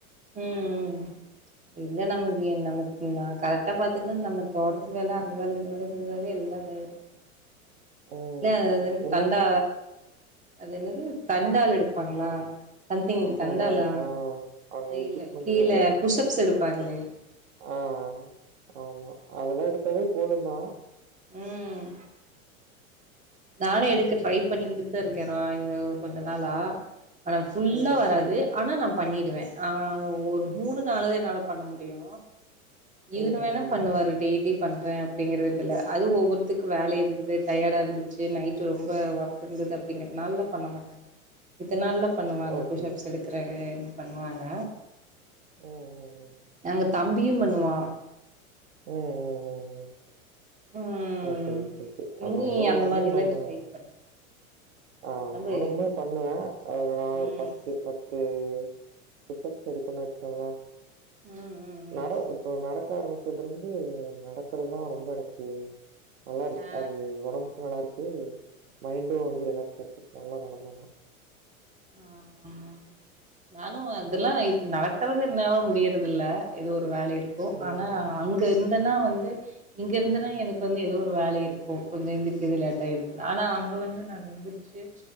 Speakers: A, on the right; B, on the right.
A: ம் இல்ல நம்ம வீ நம்ம ந கரெக்டா பாத்தீன்னா நம்ம தோட்டத்து வேல அந்த வேல இந்த வேல செஞ்சாலே எல்லா தைரியு
B: ம்
A: <unintelligible>
B: என்ன
A: கண்டா அது என்னது தண்டால் எடுப்பாங்ளா சம்திங் தண்டாலா
B: நம்ம ஆ அங்க எக்யூப்மெண்ட்ஸ்
A: இல்ல கீழ
B: அது
A: புஷ்அப்ஸ் எடுப்பாங்களே
B: அ ஆமா அதெல்லா எடுத்தாவே போது தா
A: உம் நானே எடுக்க ட்ரை
B: ஆமா
A: பண்ணிட்கிட்டு தா இருக்கே வெக்கிறோ இது ஒரு கொஞ்ச நாளா ஆனா ஃபுல்லா
B: ம்
A: வராது
B: ம்
A: ஆனா நம் பண்ணிவிடுவே அ ஒ ஒரு மூணு நாலு நா என்னால பண்ண முடியு இவ்ரு
B: ம்
A: வேனா
B: ம்
A: பண்ணுவாரு
B: ம்
A: டெய்லி பண்றே அப்டிங்கற இதுல அது ஒவ்வொருத்துக்கும வேலை இருந்தது டயடா இருந்துச்சு நைட்டு ரொம்ப ஒர்க் இருந்தது அப்படிங்கிறதுனால பண்ண மாட்டாங்க மித்த நாள்லா பண்ணுவாங்க
B: ஓகே
A: புஷ்அப்ஸ் எடுக்றாங்ளே நீங்க பண்ணி சொல்லுவாங்க
B: ம் ம் ம்
A: அங்க தம்பியு பண்ணுவா
B: உம் உம் உம்
A: ம்
B: உம் கே கே கே அத
A: நீ
B: எதோ ஒரு
A: அந்த
B: வகையில
A: மாரிலா
B: நம்ம
A: ட்ரை பண்ணு
B: அ
A: ஒடம்பு
B: நானுமே பண்ணுவே அவ்ளோ நள் ஒரு
A: ம்
B: பத்து பத்து வந்து புஷ் அப்ஸ் எடுப்பண்ணு வச்சுக்கோங்களா
A: ம் ம் ம்
B: நட இப்போ நடக் க்க ஆரம்பச்சல இருந்து நடக்கறதா ரொம்ப எனக்கு நல்லாருக்கு
A: ஆ
B: அது ஒடம் நல்லாருக்கு மைண்டு வந்து ரிலாக்ஸ் தர்து நல்லா நடந்தோனா
A: ஆமா ஆமா நானு
B: ம்
A: அதுெல்லா நா இ நட <unintelligible> என்னாலு முடியறதில்ல இது ஒரு ஒரு வேல இருக்கு
B: ம்
A: ஆனா அங்க இருந்து எதனா வந்து இங்க இருந்துனா எனக்கு வந்து எதோ ஒரு வேல இருக்கு கொஞ்சோ எந்திரிக்கிறது லேட்டா இருக்க ஆனா அங்கே வந்து நான எந்திரிச்சு